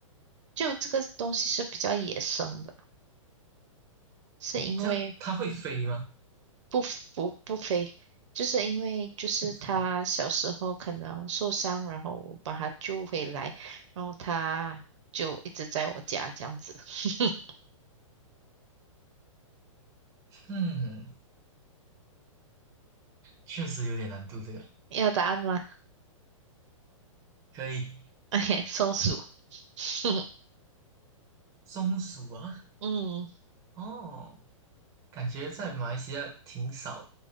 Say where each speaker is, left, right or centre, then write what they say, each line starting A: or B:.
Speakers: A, on the right; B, on the right.
A: 就这个东西是比较野生的，是因为
B: 哦，这样它会飞吗？
A: 不不不飞，就是因为就是他小时候可能受伤，
B: 不飞啊。
A: 然后我把他救回来，然后他就一直在我家这样子。<laughs>
B: 嗯，确实有点难度，这个
A: 要答案吗
B: 可以。
A: ？OK，松鼠。<laughs>
B: 松鼠啊，
A: 嗯，
B: 哦，感觉在马来西亚挺少